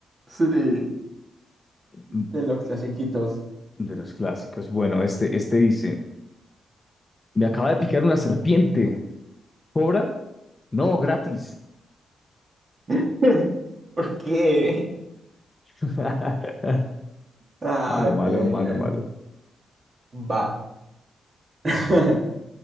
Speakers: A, on the right (about 30°); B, on the left (about 15°).
A: Sí.
B: Mm,
A: De los clasiquitos.
B: De los clásicos. Bueno, este, este dice, me acaba de picar una serpiente. ¿Cobra? No, gratis.
A: <laughs> ¿Por qué?
B: <laughs>
A: Ay,
B: Malo, malo,
A: ay,
B: malo,
A: ay.
B: malo.
A: Va. <laughs>